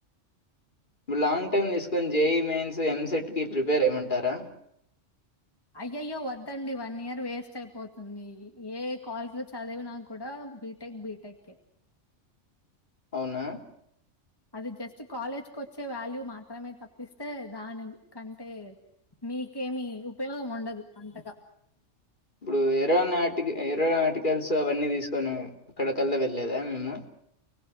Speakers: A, on the left; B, on the left.
A: ఇప్పుడు లాంగ్ టైమ్ తీసుకొని జేఈ మెయిన్స్ ఎంసెట్ కి ప్రిపేర్ అవ్వమంటారా.
B: అయ్యయ్యో వద్దండి వన్ ఇయర్ వేస్ట్ అయిపోతుంది ఏ కాలేజీలో చదివిన కూడా బి. టెక్ బీటెక్ ఏ.
A: అవునా.
B: అది జస్ట్ కాలేజ్కి వచ్చే వాల్యూ మాత్రమే తప్పిస్తే దాని కంటే. మీకేమి ఉపయోగం ఉండదు అంతగా.
A: ఇప్పుడు ఎరోనాటిక ఎరోనాటికల్స్ అవన్నీ తీసుకొని అక్కడ కల్లా వెళ్ళలేదా మేము.